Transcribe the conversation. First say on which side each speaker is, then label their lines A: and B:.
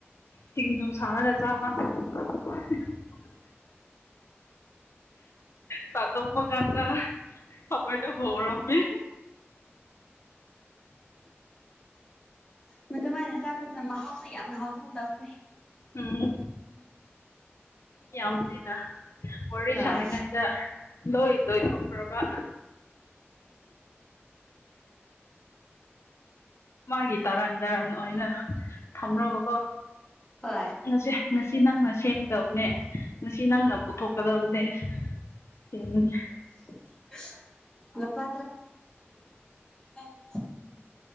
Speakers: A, on the left (about 75°); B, on the left (about 15°).
A: ꯁꯤꯡꯖꯨ ꯁꯥꯔꯒ ꯆꯥꯕ <unintelligible> ꯆꯗꯝꯕ ꯀꯥꯟꯗ ꯈꯕꯔꯗ ꯔꯝꯃꯦ
B: ꯃꯃꯥꯏꯅ ꯆꯥꯕꯗꯨꯅ ꯃꯍꯥꯎꯁꯨ ꯌꯥꯝꯅ ꯍꯥꯎꯍꯣꯡꯗꯕꯅꯦ
A: ꯎꯝ ꯌꯥꯝꯕꯅꯤꯅ ꯋꯥꯣꯔꯦ
B: ꯍꯣꯏ
A: ꯁꯥꯔꯤꯉꯩꯗ ꯂꯣꯏ ꯂꯣꯏ ꯊꯣꯛꯣꯛꯈ꯭ꯔꯕ ꯃꯥꯒꯤ ꯇꯔꯟ ꯇꯔꯟ ꯑꯣꯏꯅ ꯊꯝꯂꯣꯕꯀꯣ
B: ꯍꯣꯏ
A: ꯉꯁꯦ ꯉꯁꯤ ꯅꯪꯅꯁꯤ ꯁꯦꯝꯒꯗꯕꯅꯦ ꯉꯁꯤ ꯅꯪꯅ ꯄꯨꯊꯣꯛꯀꯗꯕꯅꯦ ꯁꯦꯝꯃꯅꯦꯦ
B: <unintelligible> ꯂꯨꯄꯥ ꯍ